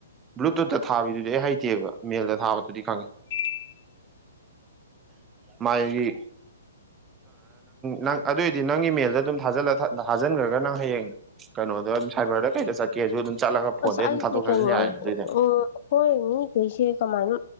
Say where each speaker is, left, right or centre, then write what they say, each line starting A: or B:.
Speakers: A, on the right (about 15°); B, on the left (about 45°).
A: ꯕ꯭ꯂꯨꯇꯨꯠꯇ ꯊꯥꯕꯤꯗꯨꯗꯤ ꯑꯩ ꯍꯩꯇꯦꯕ ꯃꯦꯜꯗ ꯊꯥꯕꯗꯨꯗꯤ ꯈꯪꯉꯤ
B: <unintelligible>
A: ꯃꯥꯒꯤꯒꯤ ꯅ ꯑꯗꯨꯑꯣꯏꯗꯤ ꯅꯪꯒꯤ ꯃꯦꯜꯗ ꯑꯗꯨꯝ ꯊꯥꯖꯜꯂ ꯍꯥꯖꯤꯟꯈ꯭ꯔꯒ ꯅꯪ ꯍꯌꯦꯡ ꯀꯩꯅꯣꯗ ꯑꯗꯨꯝ ꯁꯥꯏꯕꯔꯗ ꯀꯩꯗ ꯆꯠꯀꯦꯁꯨ ꯑꯗꯨꯝ ꯆꯠꯂꯒ ꯐꯣꯟꯗꯩ
B: ꯑ ꯑꯗꯤ
A: ꯑꯗꯨꯝ ꯊꯥꯗꯣꯛ
B: ꯀꯅꯤ
A: ꯊꯥꯖꯤꯟ ꯌꯥꯔꯦꯅꯦ ꯑꯗꯨꯏꯗꯤ
B: ꯎ ꯀꯣꯏꯅꯤ ꯀꯩꯁ ꯀꯃꯥꯏꯅ